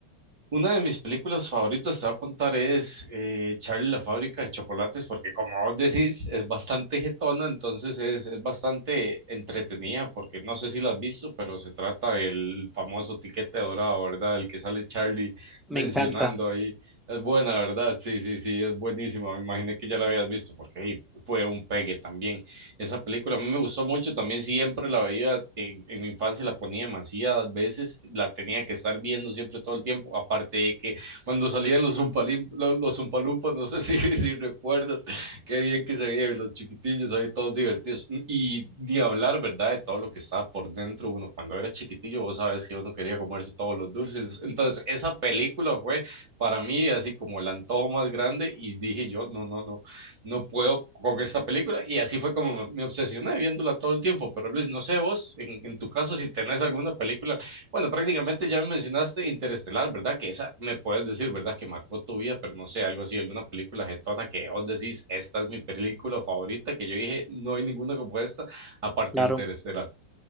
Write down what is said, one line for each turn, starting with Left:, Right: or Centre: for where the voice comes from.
Right: Una de mis películas favoritas, te voy a contar, es eh, Charlie y la fábrica de chocolates, porque como vos decís, es bastante jetona, entonces es, es bastante entretenida, porque no sé si la has visto, pero se trata del famoso tiquete dorado, ¿verdad? El que sale Charlie mencionando
Centre: Me encanta,
Right: ahí. Es buena, ¿verdad? Sí, sí, sí, es buenísima. Me imaginé que ya la habías visto, porque ahí fue un pegue también. Esa película a mí me gustó mucho, también siempre la veía en, en mi infancia, la ponía demasiadas veces, la tenía que estar viendo siempre todo el tiempo, aparte de que cuando salían los Zumpalim- lo- los Zumpalumpas, no sé si, <laughs> si recuerdas, qué bien que se veían los chiquitillos ahí todos divertidos. Y ni hablar, ¿verdad? De todo lo que estaba por dentro uno. Cuando era chiquitillo, vos sabes que uno quería comerse todos los dulces. Entonces, esa película fue para mí así como el antojo más grande y dije yo, no, no, no no puedo con esta película. Y así fue como me, me obsesioné viéndola todo el tiempo. Pero Luis, no sé vos, en, en tu caso, si tenés alguna película, bueno, prácticamente ya me mencionaste Interestelar, ¿verdad? Que esa me puedes decir, ¿verdad? Que marcó tu vida, pero no sé, algo así, alguna película jetona que vos decís, esta es mi película favorita, que yo dije, no hay ninguna como esta, aparte
Centre: claro.
Right: de Interestelar.